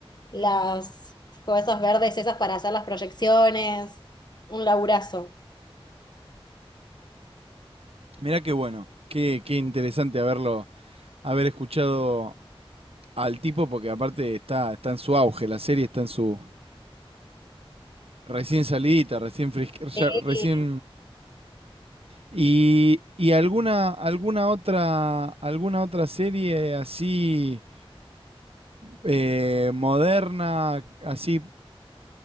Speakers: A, on the left; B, on the right.
A: las cosas verdes esas para hacer las proyecciones, un laburazo.
B: Mirá qué bueno, qué, qué interesante haberlo, haber escuchado al tipo, porque aparte está, está en su auge, la serie está en su recién salidita, recién fresqui-
A: Sí.
B: ya- recién ¿Y, y alguna, alguna otra, alguna otra serie así eh, moderna, así